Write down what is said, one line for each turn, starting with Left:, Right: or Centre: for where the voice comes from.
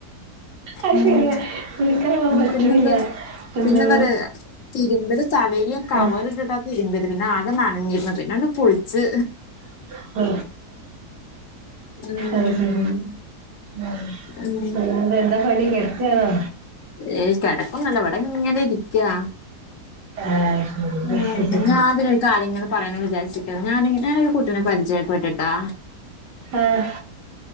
Right: അത്
Left: ഉം
Right: ശരിയാ വിളിക്കാൻ പറ്റണില്ല
Left: പിന്നെന്ത
Right: എന്തോ
Left: പിന്നെന്താ അറിയോ തീരുമ്പല് തലീല് കവറ്
Right: ആ
Left: ഇട്ടിട്ടാ തിരുമ്പല് പിന്നെ ആകെ നനഞ്ഞിരുന്നു പിന്നെ അണ്ട് കുളിച്ച്
Right: <unintelligible>
Left: ഉം
Right: അഹ്ശെരി ഉം
Left: ഉം
Right: പിന്നെന്താ പണി കെടക്കാണോ?
Left: ഏഹ് കേടക്കൊന്നല്ല ഇവടെങ്ങനെ ഇരിക്കാ
Right: ആ ശരി
Left: ആഹ് <unintelligible> പറയണം വിചാരിച്ചിക്കാണ് ഞാന് ഞാനൊരു കുട്ടിനെ പരിചയപ്പെട്ടിട്ടാ
Right: ആഹ്